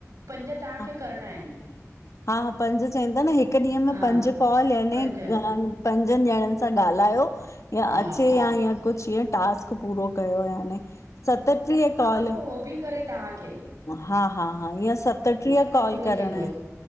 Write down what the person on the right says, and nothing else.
पंज तव्हांखे
करिणा आहिनि।
हा
पंज
हा
हो भी करे तां खे
पूरो
थींदव